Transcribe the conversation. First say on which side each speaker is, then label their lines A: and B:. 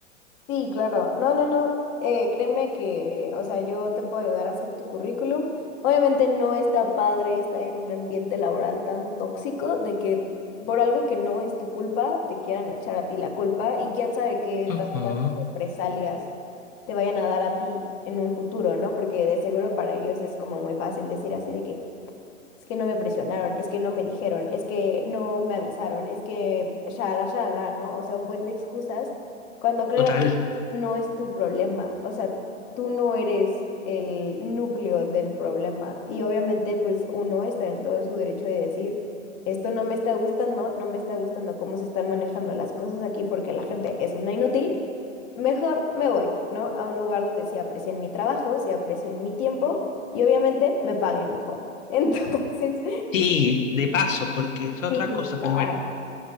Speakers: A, on the left (about 30°); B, on the left (about 75°).
A: Sí, claro. No, no, no. eh, créeme que, o sea, yo te puedo ayudar a hacer tu currículum. Obviamente no está padre estar en un ambiente laboral tan tóxico de que por algo que no es tu culpa te quieran echar a ti la culpa y quién sabe qué
B: Ujú,
A: tantas represalias te vayan a dar a ti en un futuro, ¿no? Porque de seguro para ellos es como muy fácil decir así de que, es que no me presionaron, es que no me dijeron, es que no me avisaron, es que shalala, shalala, ¿no? O sea, un buen de excusas, cuando claramente
B: Total.
A: no es tu problema, o sea, tú no eres el núcleo del problema y obviamente pues uno está en todo su derecho de decir, esto no me está gustando, no me está gustando cómo se están manejando las cosas aquí porque la gente es una inútil. Mejor me voy, ¿no? A un lugar donde sí aprecien mi trabajo, sí aprecien mi tiempo y obviamente me paguen mejor. Entonces,
B: Sí, de paso, porque es otra
A: <laughs> sí,
B: cosa,
A: claro.
B: pero bueno,